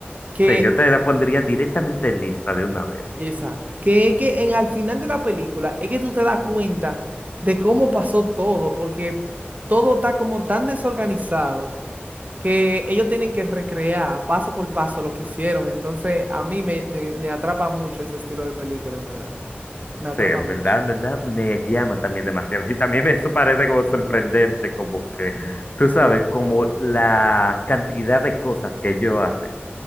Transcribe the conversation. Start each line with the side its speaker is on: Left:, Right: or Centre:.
Right: que
Left: Sí, yo te la pondría directamente en lista de una vez.
Right: esa, que, que en al final de la película es que tú te das cuenta de cómo pasó todo, porque todo está como tan desorganizado que ellos tienen que recrear paso por paso lo que hicieron, entonces a mí me, me, me atrapa mucho ese estilo de película, en verdad, me atrapa
Left: Sí, en
Right: mucho.
Left: verdad, en verdad, me llama también demasiado. Y también me eso parece como sorprendente, como que, tú sabes, como la cantidad de cosas que ellos hacen